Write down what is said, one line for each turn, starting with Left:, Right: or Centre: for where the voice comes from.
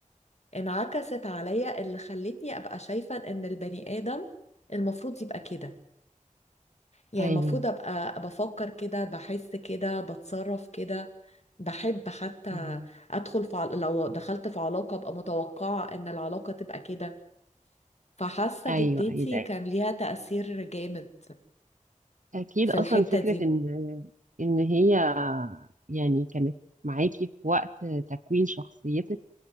Left: انعكست عليا اللي خلتني ابقى شايفة ان البني ادم المفروض يبقى كده يعني
Right: ايوه
Left: المفروض ابقى بفكر كده بحس كده بتصرف كده بحب حتى
Right: مم.
Left: ادخل في عل- لو دخلت في علاقة ابقى متوقعة ان العلاقة تبقى كده فحاسة
Right: ايوه
Left: جدتي
Right: ايوه أيوة.
Left: كان ليها تأثير جامد
Right: اكيد
Left: في
Right: اصلا
Left: الحتة
Right: فكره
Left: دي
Right: ان ان هي يعني كانت معاكي في وقت تكوين شخصيتك